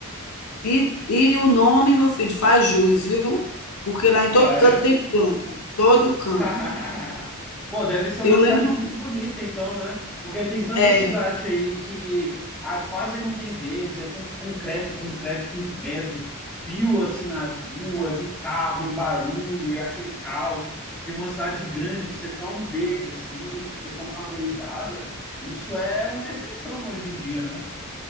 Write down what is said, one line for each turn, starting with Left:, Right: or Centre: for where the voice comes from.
Left: E, e o nome, meu filho, faz jus, viu? Porque lá em
Centre: Ah,
Left: todo canto
Centre: é?
Left: tem planta, todo canto.
Centre: <laughs> Pô, deve ser uma
Left: Eu lembro,
Centre: cidade muito bonita, então, né? Porque tem tanta
Left: é,
Centre: cidade aí que ah, quase não tem verde, é tanto concreto, concreto, concreto, fio assim nas ruas, e carro, e barulho, e aquele caos, que uma cidade grande ser tão verde assim, ser tão arborizada, isso é uma exceção hoje em dia, né?